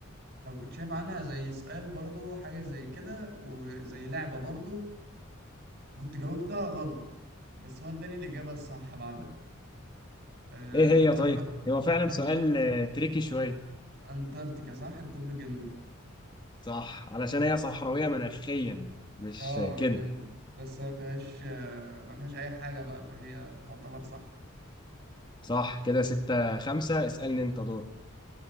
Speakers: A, on the right; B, on the left.
A: أو كنت شايف عنها زي سؤال برضو حاجة زي كده وزي لعبة برضو كنت جاوبتها غلط بس هو اداني الإجابة الصح بعدها آه
B: ايه هي طيب
A: أكبر
B: هو فعلا
A: أنت...
B: سؤال آه، تريكي شويه
A: أنتاركتيكا صح القطب الجنوبي
B: صح علشان هي صحراويه مناخيا مش
A: اه
B: آه، كده
A: يعني بس ما فيهاش ما فيهاش اي حاجه بقى فهي تعتبر صح
B: صح كده 6 5 اسالني انت دور